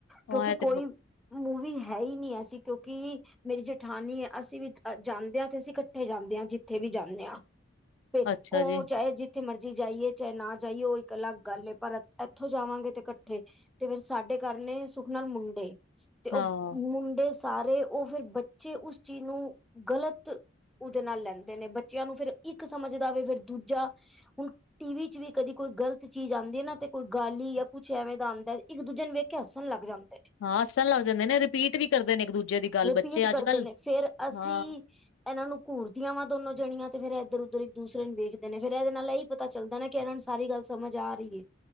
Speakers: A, on the left; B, in the centre.
A: ਉਹ
B: ਕਿਉਂਕਿ
A: ਇਹ ਤੇ
B: ਕੋਈ ਮੂਵੀ ਹੈ ਈ ਨਹੀ ਐਸੀਂ ਕਿਉਂਕਿ ਮੇਰੀ ਜੇਠਾਨੀ ਏ ਅਸੀਂ ਵੀ ਜਾਂਦੇ ਆਂ ਤੇ ਅਸੀਂ ਇਕੱਠੇ ਜਾਂਦੇ ਹਾਂ ਜਿੱਥੇ ਵੀ ਜਾਂਦੇ ਹਾਂ। ਦੇਖੋ
A: ਅੱਛਾ ਜੀ
B: ਚਾਹੇ ਜਿੱ ਥੇ ਮਰਜ਼ੀ ਜਾਈਏ ਚਾਹੇ ਨਾ ਜਾਈਏ ਉਹ ਇੱਕ ਅਲੱਗ ਗੱਲ ਹੈ ਪਰ ਇੱਥੋਂ ਜਾਵਾਂਗੇ ਤੇ ਇਕੱਠੇ ਤੇ ਫਿਰ ਸਾਡੇ ਘਰ ਨੇ ਸੁਖ ਨਾਲ ਮੁੰਡੇ ਤੇ ਉਹ
A: ਹਾਂ।
B: ਮੁੰਡੇ ਸਾਰੇ ਉਹ ਫਿਰ ਬੱਚੇ ਉਸ ਚੀਜ਼ ਨੂੰ ਗਲਤ ਉਹਦੇ ਨਾਲ ਲੈਂਦੇ ਨੇ ਬੱਚਿਆਂ ਨੂੰ ਫਿਰ ਇੱਕ ਸਮਝਦਾਵੇ ਫਿਰ ਦੂਜਾ ਹੁ ਟੀ-ਵੀ ਚ ਵੀ ਕਦੇ ਕੋਈ ਗ਼ਲਤ ਚੀਜ਼ ਆਂਦੀ ਹੈ ਨਾ ਤੇ ਕੋਈ ਗਾਲੀ ਜਾਂ ਕੁਛ ਐਵੇਂ ਦਾ ਆਂਦਾ ਏ ਇੱਕ ਦੂਜੇ ਨੂੰ ਵੇਖ ਕੇ ਹੱਸਣ ਲਗ ਜਾਂਦੇ ਨੇ।
A: ਹਾਂ ਹੱਸਣ ਲੱਗ ਜਾਂਦੇ ਨੇ ਰਿਪੀਟ ਵੀ ਕਰਦੇ ਨੇ ਇੱਕ ਦੂਜੇ ਦੀ ਗੱਲ
B: ਰਿਪੀਟ
A: ਬੱਚੇ ਅੱਜ-ਕੱਲ
B: ਕਰਦੇ ਨੇ ਫਿਰ ਅਸੀਂ
A: ਹਾਂ।
B: ਇਹਨਾਂ ਨੂੰ ਘੂਰਦੀਆਂ ਵਾ ਦੋਨੋ ਜਣੀਆਂ ਤੇ ਫਿਰ ਇੱਧਰ ਉੱਧਰ ਇੱਕ ਦੂਸਰੇ ਨੂੰ ਵੇਖਦੇ ਨੇ ਫਿਰ ਇਹਦੇ ਨਾਲ ਏਹੀ ਪਤਾ ਚੱਲਦਾ ਨਾ ਕਿ ਇਹਨਾਂ ਨੂੰ ਸਾਰੀ ਗੱਲ ਸਮਝ ਆ ਰਹੀ ਹੈ।